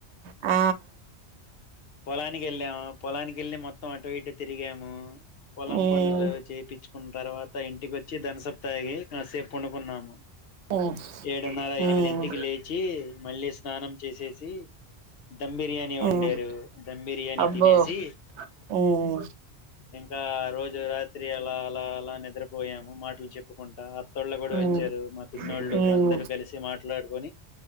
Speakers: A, on the right; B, on the left.
A: ఆ
B: పొలానికి ఎళ్ళాము, పొలానికెళ్ళి మొత్తం అటు ఇటు తిరిగాము. పొలం
A: ఉమ్
B: పనులు చేపిచ్చుకున్ తర్వాత ఇంటికి వచ్చి, థంసప్ తాగీ, కాసేప్ పండుకున్నాము.
A: ఉమ్
B: ఏడున్నర
A: ఉమ్
B: ఎనిమిదింటికి లేచీ మళ్ళి తానం చేసేసి ధమ్ బిర్యానీ వండారు
A: ఉమ్
B: ధమ్ బిర్యానీ
A: అబ్బో
B: తినేసీ
A: ఉమ్
B: ఇంకా ఆ రోజు రాత్రి అలా, అలా, అలా, నిద్రపోయాము మాటలు చెప్పుకుంటా. త్తోళ్ళ గూడా
A: ఉమ్
B: వచ్చారు మా పిన్నోళ్ళు
A: ఉమ్
B: అందరు కలిసి మాట్లాడుకొని.